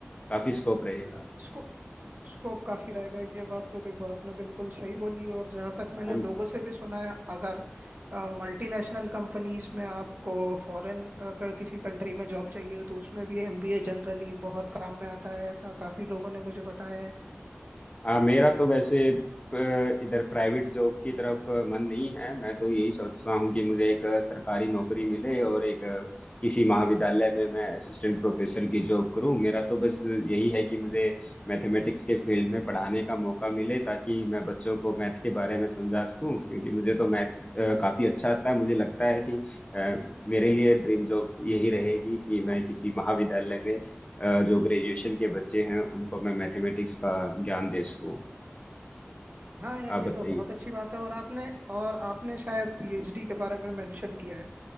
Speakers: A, on the left (about 25°); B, on the right (about 40°).
A: काफी स्कोप रहेगा
B: स्कू, स्कोप काफी रहेगा ये बात तो देखो आपने बिल्कुल सही बोली और जहाँ तक मैंने
A: हम
B: लोगों से भी सुना है अगर मल्टीनेशनल कंपनीज में आपको फॉरेन किसी कंट्री में जॉब चाहिए तो उसमें भी एमबीए जनरली बहुत काम में आता है ऐसा काफी लोगों ने मुझे बताया है
A: हाँ मेरा तो वैसे अ, इधर प्राइवेट जॉब की तरफ अ, मन नहीं है मैं तो यही सोच रहा हूँ कि मुझे एक अ, सरकारी नौकरी मिले और एक अ, किसी महाविद्यालय में मैं असिस्टेंट प्रोफेसर की जॉब करूँ मेरा तो बस यही है कि मुझे मैथमेटिक्स के फील्ड में पढ़ाने का मौका मिले ताकि मैं बच्चों को मैथ के बारे में समझा सकूँ क्योंकि मुझे तो मैथ काफी अच्छा आता है मुझे लगता है कि अ, मेरे लिए ड्रीम जॉब यही रहेगी कि मैं किसी महाविद्यालय में अ, जो ग्रेजुएशन के बच्चे हैं उनको मैं मैथमेटिक्स का ज्ञान दे सकूँ
B: हाँ यार
A: आप
B: ये
A: बताइए
B: तो बहुत अच्छी बात है और आपने और आपने शायद पीएचडी के बारे में मेंशन किया है